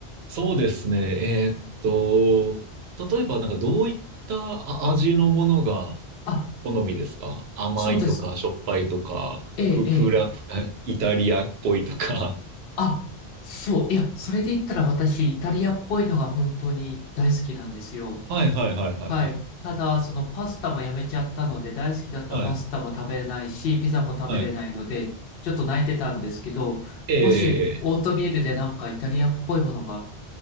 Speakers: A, on the right; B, on the left.
A: そうですね。えーっと、例えばなんかどういったあ味のものが
B: あ、
A: 好みですか甘いとか、
B: そうです。
A: しょっぱいとか、
B: ええ、
A: フ、フラン、
B: ええ。
A: えイタリアっぽいとか。
B: あ、そう。いや、それで言ったら私、イタリアっぽいのが本当に大好きなんですよ。
A: はいはいはいはいはい。
B: はい。ただ、そのパスタもやめちゃったので、大好きだったパスタも食べれないし、
A: はい。
B: ピザも食べれないので、
A: はい。
B: ちょっと泣いてたんですけど、
A: ええ、
B: もし、オートミールでなんかイタリアっぽいものが